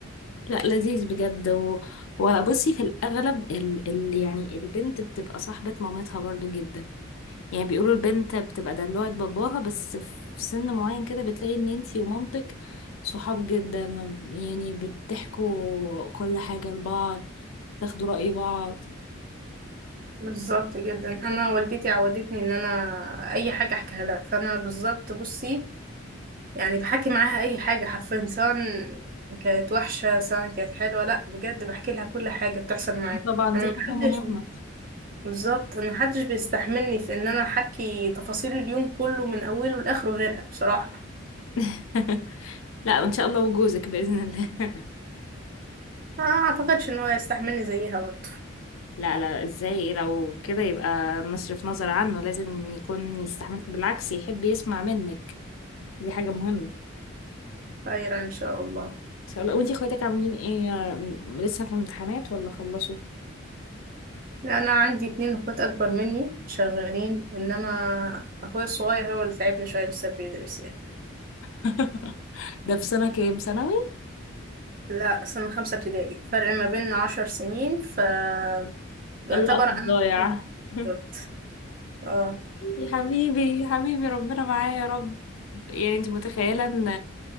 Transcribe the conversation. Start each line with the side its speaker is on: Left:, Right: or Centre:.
Left: لا لذيذ بجد و... وبصي في الاغلب ال... ال... يعني البنت بتبقى صاحبة مامتها برضو جدا يعني بيقولوا البنت بتبقى دلوعة باباها بس في سن معين كده بتلاقي ان انتي ومامتك صحاب جدا ما ب- يعني بتحكوا كل حاجة لبعض تاخدوا رأي بعض
Right: بالظبط جدا أنا والدتي عودتني إن أنا أي حاجة أحكيها لها فأنا بالظبط بصي يعني بحكي معاها أي حاجة حرفيا سواء كانت وحشة سواء كانت حلوة لأ بجد بحكي لها كل حاجة بتحصل معايا
Left: طبعا
Right: أنا
Left: دي حاجة
Right: محدش
Left: مهمة
Right: بالظبط أنا محدش بيستحملني في إن أنا أحكي تفاصيل اليوم كله من أوله لآخره غيرها بصراحة
Left: <laughs> لا ان شاء الله وجوزك بإذن الله <laughs>
Right: ما اعتقدش ان هو يستحملني زيها برضه
Left: لا لا ازاي لو كده يبقى مصرف نظر عنه لازم يكون يستحملك بالعكس يحب يسمع منك دي حاجة مهمة
Right: خير ان شاء الله
Left: ان شاء الله وانتي اخواتك عاملين ايه م- لسه في امتحانات ولا خلصوا
Right: انا عندي اتنين اخوات اكبر مني شغالين انما اخويا الصغير هو اللي تعبني شويه لسه بيدرس يعني
Left: <laughs> ده في سنة كام ثانوي
Right: لا سنه خمسه ابتدائي فرق ما بيننا عشر سنين فيعتبر
Left: الوقت
Right: انا
Left: الضايع
Right: بالظبط
Left: <laughs>
Right: اه
Left: يا حبيبي يا حبيبي ربنا معايا يا رب يعني انت متخيلة ان